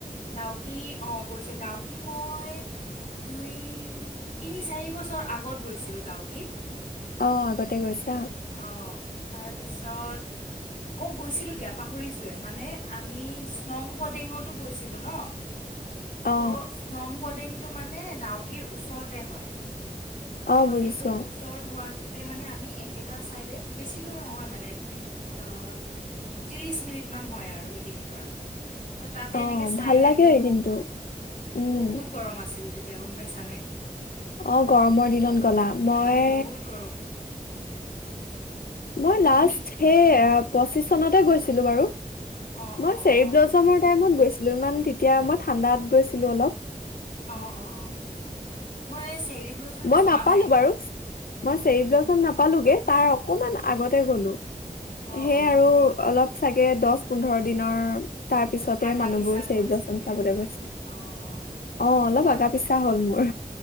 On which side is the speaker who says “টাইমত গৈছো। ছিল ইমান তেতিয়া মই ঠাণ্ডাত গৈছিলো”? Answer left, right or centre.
Left